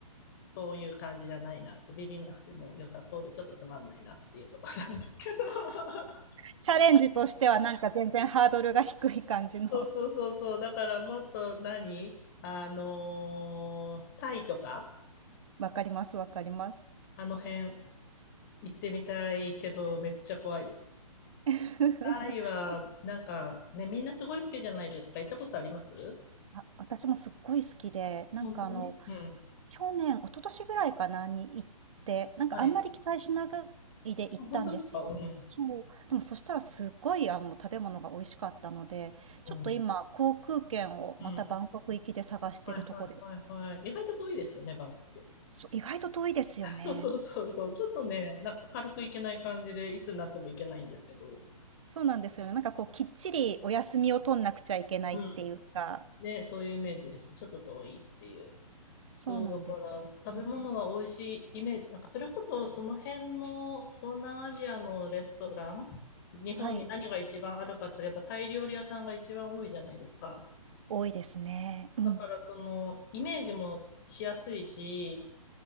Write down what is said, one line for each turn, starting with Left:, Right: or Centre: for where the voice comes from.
Left: そういう感じじゃないなって、ビビんなくても良さそうでちょっとつまんないなっていうところなんですけど。<laughs>
Right: チャレンジとしてはなんか全然ハードルが低い感じの。
Left: そうそうそうそう。だからもっと何あのータイとか、
Right: <laughs> わかります、わかります。
Left: あの辺行ってみたいけど、めっちゃ怖いです。
Right: <laughs>
Left: タイは、なんかね、みんなすごい好きじゃないですか。行ったことあります
Right: あ、私もすっごい好きで、なんかあの、
Left: 本当にうん。
Right: 去年、一昨年ぐらいかなに行って、なんかあんまり期待しな
Left: はい。
Right: いで行ったんですよ。
Left: あ本当ですかうん。
Right: そう。でもそしたらすごいあの食べ物が美味しかったので、ちょっと今航空券をまたバンコク行きで探してるとこです。
Left: うん。うん。はいはいはいはい。意外と遠いですよね、バンコク。
Right: そう、意外と遠いですよね。
Left: そうそうそうそう。ちょっとね、なんか軽くいけない感じで、いつになってもいけないんですけど。
Right: そうなんですよね。なんかこうきっちりお休みを取んなくちゃいけないっていうか、
Left: うん。ね、そういうイメージです。ちょっと遠いっていう。そう、
Right: そうなんですよね。
Left: だから、食べ物は美味しいイメージ、なんかそれこそその辺の東南アジアのレストラン、日本に何が一番あるかすれば、
Right: はい、
Left: タイ料理屋さんが一番多いじゃないですか。
Right: 多いですね。うん、
Left: だから、その、イメージもしやすいし、